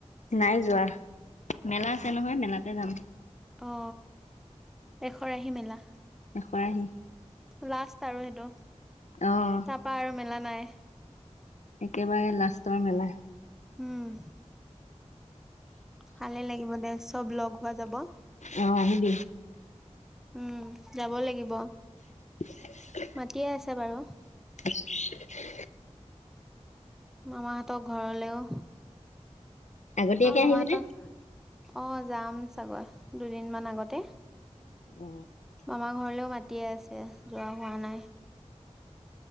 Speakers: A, on the left; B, in the centre.
A: নাই যোৱা। মেলা আছে নহয়, মেলাতে যাম।
B: অ এশৰাহি মেলা।
A: এশৰাহি
B: লাষ্ট আৰু সেইটো।
A: অ'
B: তাৰাপা আৰু মেলা নাই
A: একেবাৰে লাষ্টৰ মেলা
B: উম ভালে লাগিব দে চব লগ হোৱা যাব
A: অ আহিব
B: উম যাব লাগিব
A: <unintelligible>
B: মাতিয়ে আছে বাৰু
A: <unintelligible>
B: মামাহঁতক ঘৰলেও
A: আগতীয়াকে
B: অ মামাহঁতৰ
A: আহিবি ন
B: অ যাম চাগৈ দুদিনমান আগতে
A: অ
B: মামা ঘৰলৈও মাতিয়ে আছে যোৱা হোৱা নাই